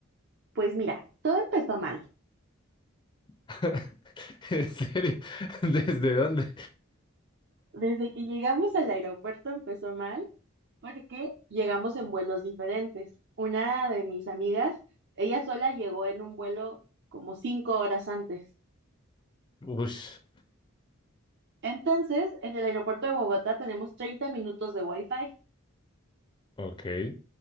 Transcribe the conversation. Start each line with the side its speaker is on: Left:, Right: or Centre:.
Right: Pues mira, todo empezó mal.
Left: <laughs> ¿En serio? <laughs> ¿Desde dónde?
Right: Desde que llegamos al aeropuerto empezó mal porque llegamos en vuelos diferentes. Una de mis amigas, ella sola llegó en un vuelo como cinco horas antes.
Left: Ush,
Right: Entonces, en el aeropuerto de Bogotá tenemos 30 minutos de wifi.
Left: ok.